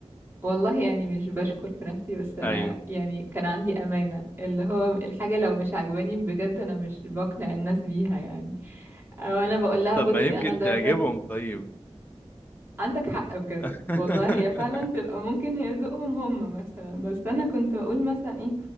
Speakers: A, on the right; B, on the left.
A: والله يعني مش بشكر في نفسي بس انا
B: ايوه
A: يعني كان عندي امانة اللي هو الحاجة لو مش عجباني بجد انا مش بقنع الناس بيها يعني او انا
B: آه،
A: بقول لها
B: طب
A: بصي
B: ما يمكن
A: انا جرب
B: تعجبهم طيب
A: عندك حق بجد
B: <laughs>
A: والله هي فعلا تبقى ممكن هي ذوقهم هم مثلا بس انا كنت بقول مثلا إيه،